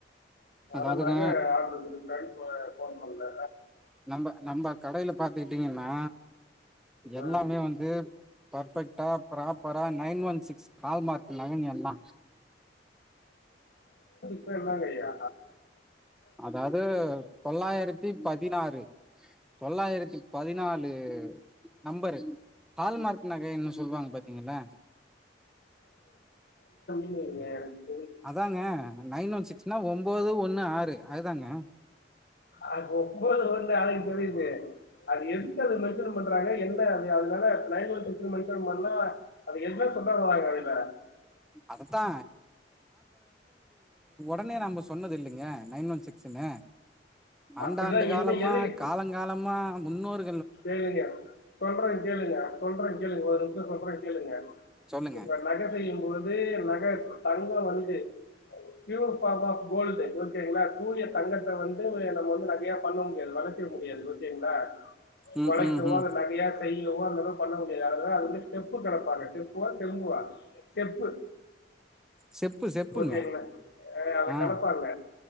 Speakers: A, in the centre; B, on the left (about 60°).
A: அதாவதுங்க
B: அதா நக ஆர்டரு இருக்கு போண்ணல
A: நம்ம நம்ம கடையில பாாரத்துட்டீங்கன்னா
B: ஆ,
A: எல்லாமே வந்து பர்பெக்டா ப்ராப்பரா nine one six hallmark நகங்க எல்லா
B: அப்போ இல்லங்கறயா
A: அதாது தொள்ளாயிரத்தி பதினாறு தொள்ளாயிரத்தி பதினாலு நம்பரு ஹால்மார்க் னக்கா என்ன சொல்லுவாங்க பாத்தீங்கனா
B: உ
A: அதாங்க நைன் ஒன் சிக்ஸ்னா ஒன்பது ஒண்ணு ஆறு அதுதாங்க
B: அது ஒன்பது ஒன்று எனக்கு தெரியுது அது எதுக்கு அது மென்ஷன் பண்றாங்க என்ன அது அதனால நயன் ஒன் சிக்ஸ் மென்ஷன் பண்ண அது என்ன சொல்ல வருவாங்க அதுல
A: அதத்தா தான்னே நான் சொன்னது இல்லைங்க நைன் ஒன் சிக்ஸ் ச்சுன்னு ஆண்டாண்டு
B: அப்படிதான்
A: காலமா
B: என்ன எது
A: காலங்காலமா முன்னோறு
B: கேளுங்க சொல்ற கேளுங்க சொல்ற கேளுங்க ஒரு நிமிஷோ சொல்ற கேளுங்க
A: சொல்லுங்க
B: இப்ப நக செய்யும்போது <inaudible> நக தங்க வந்து பியூர் பாம் ஆஃப் கோல்டு செரிங்களா தூய தங்கத்த வந்து <inaudible> நம வந்து நகையா பண்ண முடியாது வளக்க முடியாது செரிங்களா
A: ம்
B: வளைக்கவோ
A: ம் ம்
B: அத நகையா செய்யவோ அந்த மாரி பண்ண முடியாது அதனால அது வந்து ஸ்டெப்பு கலப்பாங்க ஸ்டெப்ப செம்புவா ஸ்டெப்பு
A: செப்பு செப்புங்க
B: ஓகேங்களா அத
A: ஆ
B: கலப்பாங்க